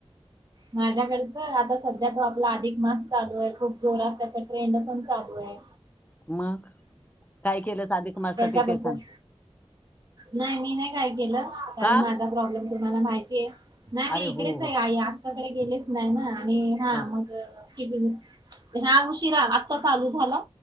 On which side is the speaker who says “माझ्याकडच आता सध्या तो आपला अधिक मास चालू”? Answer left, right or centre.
Right